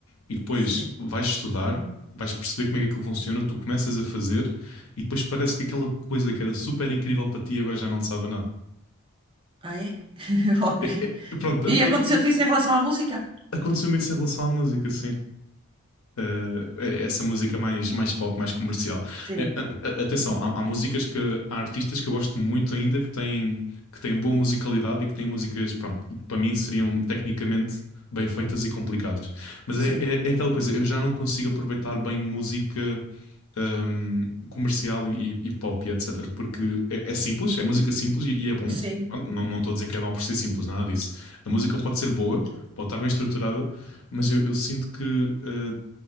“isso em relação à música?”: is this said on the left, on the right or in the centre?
Right